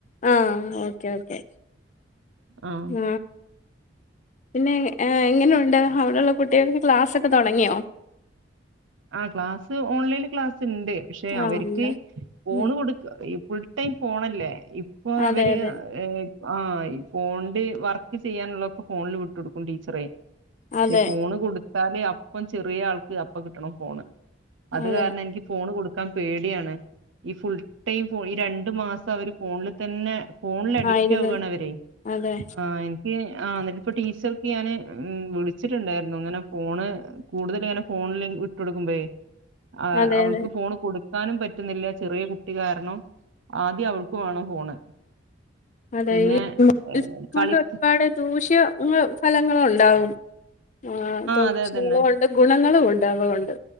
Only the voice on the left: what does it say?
ആ ഓക്കെ ഓക്കെ
ആ പിന്നെ എ എങ്ങനെയുണ്ട് അവിടൊള്ള കുട്ടികൾക്ക് ക്ലാസൊക് തൊടങ്ങിയോ?
ആഹ്
ഇല്ല
ഉം
അതെ
അതെ
അതെ
അതെ
ആയിരുന്നു
അതെ
അതെ
അതെ
അതെ
ഈ <unintelligible>
കൊണ്ടൊരുപാട്
ദൂഷ്യം <inaudible> ഫലങ്ങളും ഉണ്ടാവും ആ ദോഷങ്ങളും
ഉണ്ട് ഗുണങ്ങളുമുണ്ടാവുമതുകൊണ്ട്.